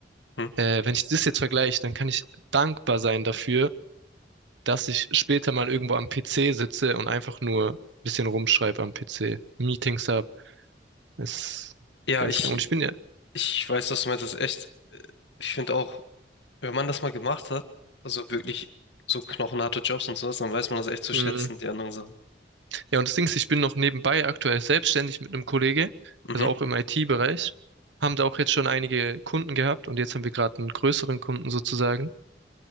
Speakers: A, on the left; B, on the right.
A: Hm?
B: Äh, wenn ich das jetzt vergleiche, dann kann ich dankbar sein dafür, dass ich später mal irgendwo am PC sitze und einfach nur ein bisschen rumschreibe am PC, Meetings habe. Es
A: Ja,
B: ist
A: ich,
B: geil. Und ich bin ja,
A: ich weiß, was du meinst, das ist echt, ich finde auch, wenn man das mal gemacht hat, also wirklich so knochenharte Jobs und sowas, dann weiß man das echt zu
B: hm,
A: schätzen, die anderen Sachen.
B: Ja, und das Ding ist, ich bin noch nebenbei aktuell selbstständig mit einem Kollege,
A: Mhm.
B: also auch im IT-Bereich. Haben da auch jetzt schon einige Kunden gehabt und jetzt haben wir gerade einen größeren Kunden sozusagen.